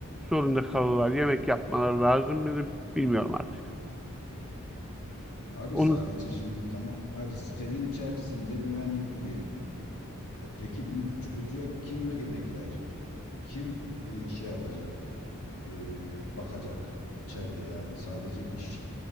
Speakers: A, in the centre; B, on the left (about 80°).
A: zorunda kalırlar. Yemek yapmaları lazım mıdır bilmiyorum artık.
B: Abi
A: Onu...
B: sadece şimdi tamam hadi sitenin içerisinde güvenlikti diyelim. E peki bu çocuğa kim ve- yemek verecek? Kim e, şey yapacak? E, bakacak içeride yani sadece iş